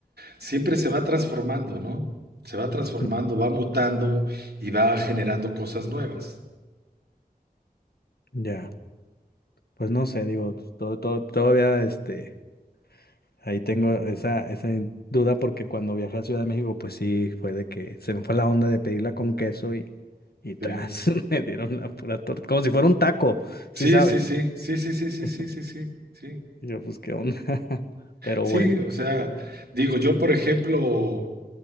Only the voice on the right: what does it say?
siempre se va transformando, ¿no? Se va transformando,
va mutando y va generando cosas nuevas.
Eh,
Sí,
sí, sí, sí, sí, sí, sí,
sí, sí, sí, sí. Sí,
Sí,
o sea, digo, yo por ejemplo,